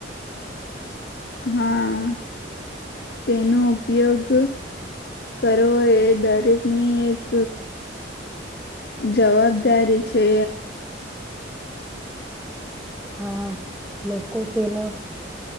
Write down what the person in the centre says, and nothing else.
હા લોકો તેનો